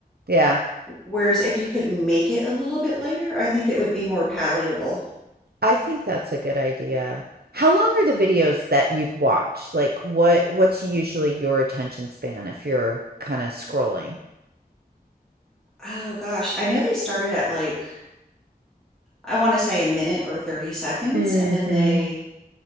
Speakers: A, on the right; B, in the centre.
A: Yeah.
B: Whereas if you could make it a little bit lighter, I think it would be more palatable.
A: I think that's a good idea. How long are the videos that you'd watch? Like, what what's usually your attention span if you're kinda scrolling?
B: Oh gosh, I know they started at like, I want to say a minute or 30 seconds,
A: Mhm.
B: and then they